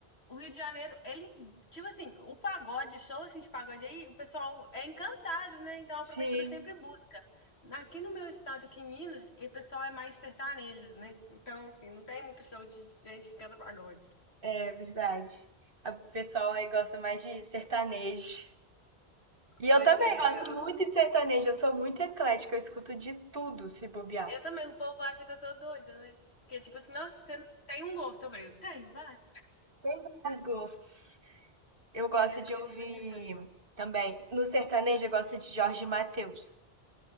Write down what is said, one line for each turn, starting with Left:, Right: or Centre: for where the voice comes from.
Left: O Rio de Janeiro, ele. Tipo assim, o pagode, o show assim de pagode aí, o pessoal é encantado, né? Então a prefeitura
Right: Sim,
Left: sempre busca. Aqui no meu estado, aqui em Minas, o pessoal é mais sertanejo, né? Então, assim, não tem muito show de gente que canta pagode.
Right: é verdade. O pessoal aí gosta mais de sertanejo. E eu
Left: Pois
Right: também
Left: é,
Right: gosto
Left: eu, eu-
Right: muito de sertanejo, eu sou muito eclética, eu escuto de tudo, se bobear.
Left: Eu também, o povo acha que eu sou doida, né? Porque, tipo assim, nossa, você não tem um gosto. Eu falei, eu tenho, vai.
Right: Tem vários gostos. Eu gosto
Left: Eu escuto
Right: de ouvir
Left: muito história.
Right: também. No sertanejo, eu gosto de Jorge Mateus.